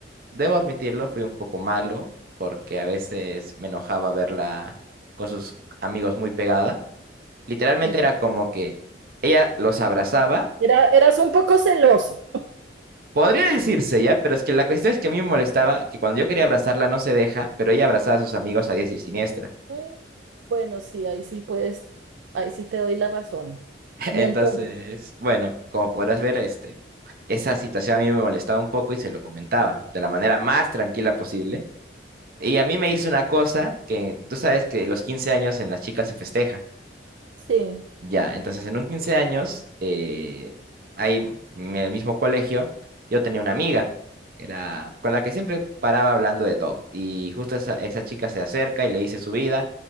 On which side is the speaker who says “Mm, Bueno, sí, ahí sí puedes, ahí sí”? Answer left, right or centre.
Right